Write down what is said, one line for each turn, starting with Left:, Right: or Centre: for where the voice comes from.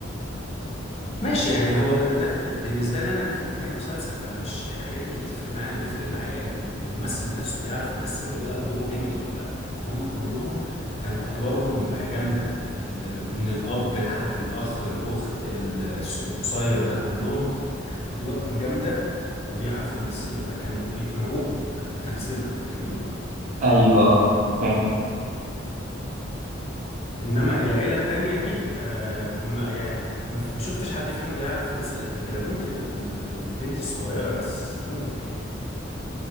Left: ماشي يعني هو ده, ده ب- بالنسبة لي أنا ده في النهاية مسلسل فمش الحاجات دي مش بتفرق معايا أنا بيفرق معايا إن ال- الممثل نفسه بيعرف يمثل ولا لأ ودوره جامد ولا لأ فهم كلهم كانوا أدوارهم جامدة ال- من الأب لحد الأخ الأخت ال- الس- القصير ده كلهم كانت أدوارهم جامدة وبيعرفوا يمثلوا فكانوا بيقنعوك ب- بتمثيلهم فاهمني؟
Right: أيوه أه فاهم
Left: انما العيله التانية دي آه ما يعني ما ما شفتش حد فيهم بيعرف يمثل قد كده ممكن ال- ال- البنت الصغيره بس ممكن يعني